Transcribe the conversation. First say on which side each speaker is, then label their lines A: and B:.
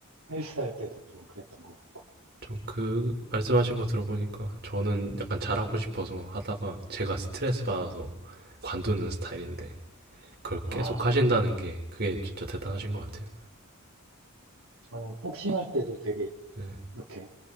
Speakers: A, on the right; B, on the right.
A: 헬스 할 때도 좀 그랬던 것 같고.
B: 좀 그, 말씀하신 거 들어보니까 저는 약간 잘하고 싶어서 하다가 제가 스트레스 받아서 관두는 스타일인데 그걸
A: 아,
B: 계속 하신다는 게 그게 진짜 대단하신 것 같아요.
A: 저는 복싱 할 때도 되게
B: 네,
A: 이렇게